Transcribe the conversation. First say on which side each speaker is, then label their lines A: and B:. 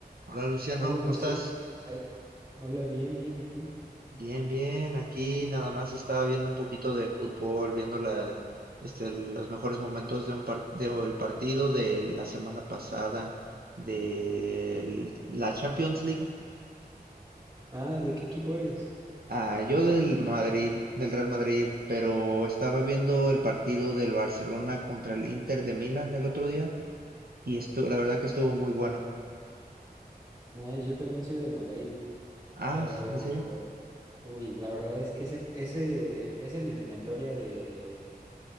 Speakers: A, on the right (about 65°); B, on the right (about 25°).
A: Hola Luciano,
B: Hola
A: ¿cómo
B: José.
A: estás?
B: Ay, hola, bien, bien. ¿Y tú?
A: Bien, bien. Aquí nada más estaba viendo un poquito de fútbol, viendo la, este, los mejores momentos de un par- del partido de la semana pasada de la Champions League.
B: Ah, ¿de qué equipo eres?
A: Ah, yo del Madrid, del Real Madrid, pero estaba viendo el partido del Barcelona contra el Inter de Milán el otro día y esto, la verdad que estuvo muy bueno.
B: Eh, yo también soy del Madrid,
A: Ah,
B: pero...
A: ¿en serio?
B: Uy, la verdad es que ese, ese, esa eliminatoria de,